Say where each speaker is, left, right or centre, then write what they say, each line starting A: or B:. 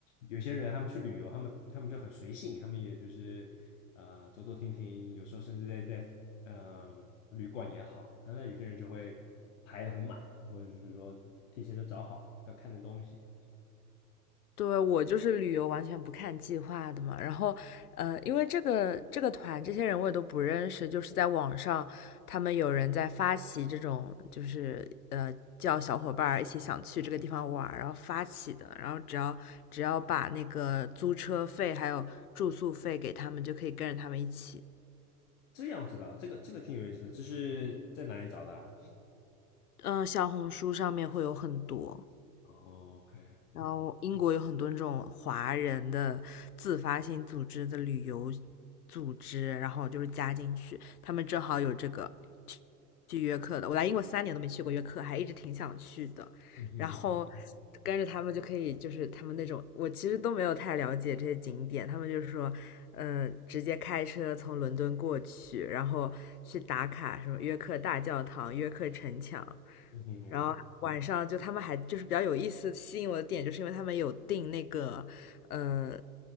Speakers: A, on the left (about 55°); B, on the left (about 70°).
A: 有些人他们去旅游，他们他们就很随性，他们也就是呃走走停停，有时候甚至在在嗯旅馆也好，那有些人就会排得很满，或者就是说提前就找好要看的东西，
B: 对，我就是旅游完全不看计划的嘛，然后，呃，因为这个这个团这些人我也都不认识，就是在网上他们有人在发起这种，就是呃叫小伙伴一起想去这个地方玩然后发起的，然后只要只要把那个租车费还有住宿费给他们，就可以跟着他们一起。
A: 这样子的，这个这个挺有意思的，这是在哪里找的啊？
B: 嗯、呃小红书上面会有很多。
A: 哦，OK，
B: 然后英国有很多那种华人的自发性组织的旅游组织，然后就是加进去，他们正好有这个去去约克的。我来英国三年都没去过约克，还一直挺想去的。
A: 嗯哼
B: 然后跟着他们就可以，就是他们那种，我其实都没有太了解这些景点，他们就是说，嗯，直接开车从伦敦过去，然后去打卡什么约克大教堂、约克城墙。
A: 嗯哼。
B: 然后晚上就他们还就是比较有意思，吸引我的点就是因为他们有订那个，呃